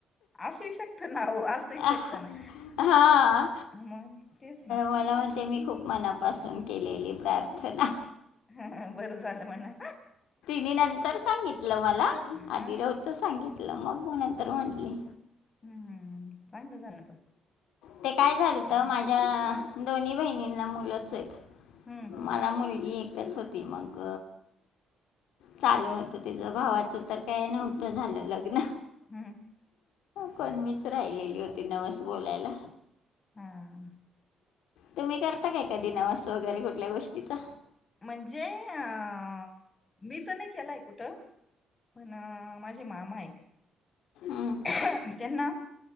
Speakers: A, on the left; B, on the left.
A: असूही शकतं ना हो असूही शकतं
B: आह,
A: ना.
B: हा,
A: मग तेच ना
B: मला वाट ते मी खूप मनापासून केलेली प्रार्थना.
A: हा हा बरं झालं म्हणा.
B: मी नंतर सांगितलं मला
A: हा.
B: आधी नवत सांगितलं मग मी नंतर म्हटली.
A: हम्म चांगलं झालं पण.
B: ते काय झालंत
A: हा.
B: माझ्या दोन्ही बहिणींना मुलंच आहेत.
A: हम्म.
B: मला मुलगी एकच होती मग चालू होत तिचं भावाचं तर काही नव्हतं झालं लग्न.
A: हम्म.
B: कोण मीच राहिलेली होती नवस बोलायला.
A: हा.
B: तुम्ही करता काय कधी नवास वगैरे कुठल्या गोष्टीचा.
A: म्हणजे अ, मी तर नाही केलाय कुठं. पण माझे मामा हायत,
B: हम्म
A: त्यांना